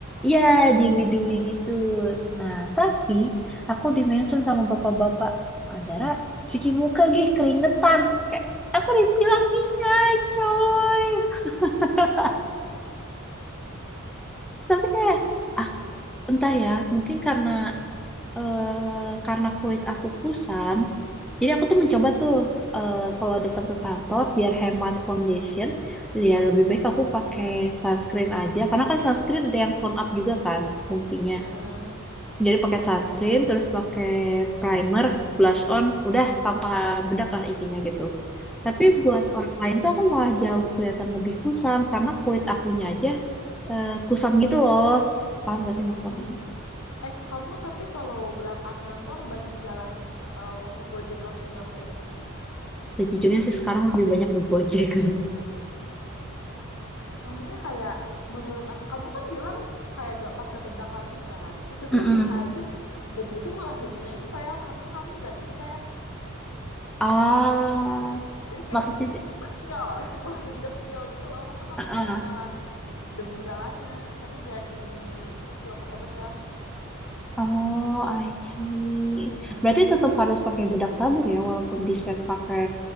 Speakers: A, in the centre; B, on the left (about 90°).
A: Ya,
B: Mm-mm.
A: diwi-diwi gitu. Nah, tapi aku dimention sama bapak-bapak. Andara, cuci muka gih, keringetan. Kayak, aku dibilang hingai, coy. <laughs> Tapi kayak, aku, entah ya, mungkin karena eh, karena kulit aku kusam. Jadi aku tuh mencoba tuh, eh, kalau datang ke kantor, biar hemat foundation, ya lebih baik aku pakai sunscreen aja. Karena kan sunscreen ada yang tone up juga kan, fungsinya.
B: Mm-mm.
A: Jadi pakai sunscreen, terus pakai primer, blush on, udah tanpa bedak lah intinya gitu. Tapi
B: Mm-mm.
A: buat orang lain tuh aku malah jauh kelihatan lebih kusam karena kulit akunya aja eh, kusam gitu loh. Paham gak sih maksud aku
B: Mm.
A: tuh?
B: eh kamu tapi kalau berangkat kantor banyak jalannya atau gojek langsung nyampe gitu
A: Sejujurnya sih sekarang lebih banyak ke Gojek.
B: Soalnya kayak menurut aku, kamu kan bilang kayak gak pakai bedak lagi kan? Itu
A: <laughs> Mm-mm.
B: tuh bisa aja debu debu tuh malah jadi nempel karena kamu gak di set.
A: Ah,
B: Jadi kayak
A: maksudnya deh.
B: dekil, <laughs> malah jadi dekil gitu loh karena kamu
A: ah,
B: ketempelan
A: ah.
B: debu jalanan karena gak di seal pakai bedak,
A: Oh, I see. Berarti tetap harus pakai bedak tabur ya, walaupun di set pakai